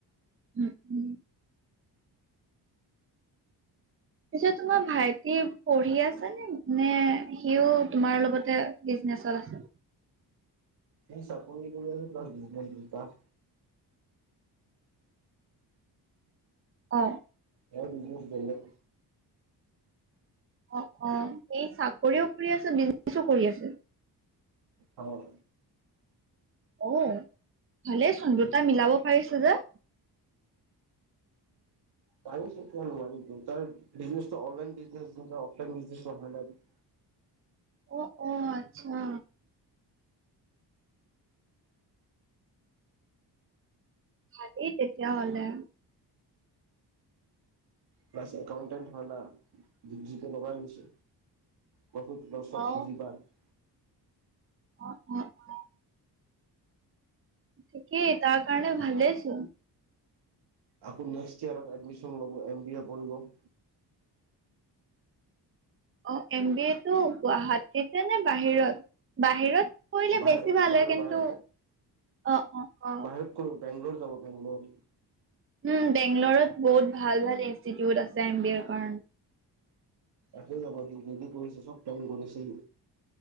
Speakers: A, on the right; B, on the right.
A: উম উম। পিছে তোমাৰ ভাইটি পঢ়ি আছে নে নে সিও তোমাৰ লগতে বিজনেচত আছে।
B: সি চাকৰি কৰি আছে তাৰ বিজনেছ দুটা।
A: অ
B: এয়াৰ বিজনেজ বেলেগ।
A: অ অ এই চাকৰিও কৰি আছে, বিজনেচো কৰি আছে।
B: হয়।
A: অ ভালেই চোন দুটা মিলাব পাৰিছে যে।
B: পাৰি সি কিয় নোৱাৰিব তাৰ বিজনেছটো অনলাইন বিজনেজ যে অফলাইন বিজনে নহয় ন এইটো।
A: অ অ আচ্ছা। ভালে তেতিয়া হ'লে।
B: প্লাছ একাউটেন্ট হয় না ডিগ্ৰি টো লগাই আনিছে। বহুত লচত
A: অ
B: বুজিবা। <unintelligible>
A: অ অ। অ, থিকেই তাৰ কাৰণে ভালেইছোন।
B: আকৌ নেক্সট য়েৰত এডমিছন লব এম বি এ পঢ়িব।
A: অ এম বি এ টো গুৱাহাটী নে বাহিৰত বাহিৰত? কৰিলে
B: বাহিৰ
A: বেছি ভাল
B: বাহিৰ
A: হয়।
B: বাহিৰত
A: কিন্তু, অ অ। অ
B: বাহিৰত কৰিব বেঙ্গলৰ যাব বেঙ্গলৰ।
A: উম বেংগলৰত বহুত ভাল ভাল ইনষ্টিটিউট আছে এম বি এৰ কাৰণে।
B: আকৌ যাব সি যদি কৰিছে চব প্লেন কৰিছে সি